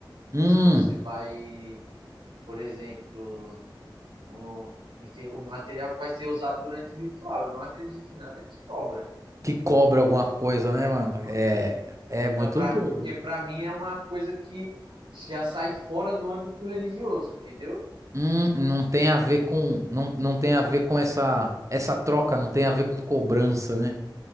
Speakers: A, on the right; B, on the right.
A: Hum,
B: Se você vai, por exemplo, o, o material que vai ser usado durante o ritual. Eu não acredito em nada que cobra.
A: que cobra alguma coisa,
B: É,
A: né, mano?
B: não
A: É,
B: acredito.
A: é muito
B: Então, pra,
A: doido.
B: porque para mim é uma coisa que já sai fora do âmbito religioso, entendeu?
A: Hum, não tem a ver com, não, não tem a ver com essa,
B: Hum.
A: essa troca, não tem a ver com cobrança, né?